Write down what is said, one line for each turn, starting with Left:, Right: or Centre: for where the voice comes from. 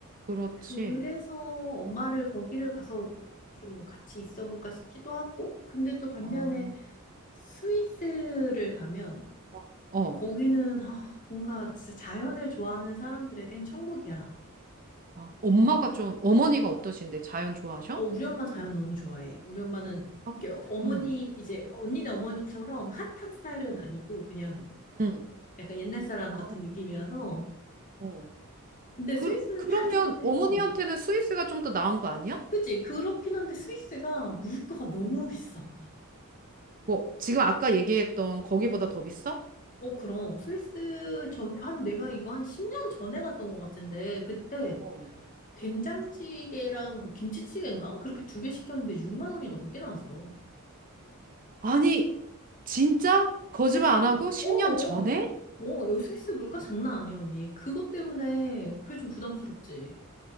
Right: 그렇지.
Left: 그래서 엄마를 거기를 가서 좀 같이 있어 볼까 싶기도 하고. 근데 또 반면에
Right: 아,
Left: 스위스를 가면
Right: 어. 어.
Left: 거기는 아, 뭔가 진짜 자연을 좋아하는 사람들에겐 천국이야.
Right: 아, 엄마가 좀, 어머니가 어떠신데? 자연 좋아하셔?
Left: 어, 우리 엄마 자연 너무 좋아해. 우리 엄마는
Right: 아,
Left: 이게 어머니,
Right: 응,
Left: 이제 언니네 어머니처럼 핫한 스타일은 아니고 그냥
Right: 응.
Left: 약간 옛날 사람
Right: 아,
Left: 같은 느낌이라서
Right: 어.
Left: 근데
Right: 그,
Left: 스위스는
Right: 그러면
Left: 다 좋은데,
Right: 어머니한테는
Left: 어.
Right: 스위스가 좀 더 나은 거 아니야?
Left: 그치? 그렇긴 한데 스위스가 물가가 너무 비싸니.
Right: 뭐, 지금 아까 얘기했던 거기보다 더 비싸?
Left: 어, 그럼. 스위스 전에, 한 내가 이거 한 10년 전에 갔던 것 같은데, 그때
Right: 어.
Left: 된장찌개랑 뭐 김치찌개인가? 그렇게 두 개 시켰는데 6만 원이 넘게 나왔어.
Right: 아니, 진짜? 거짓말
Left: 스위스
Right: 안
Left: 물가.
Right: 하고 10년
Left: 어, 어.
Right: 전에?
Left: 어, 여기 스위스 물가 장난 아니야, 언니. 그것 때문에 그게 좀 부담스럽지.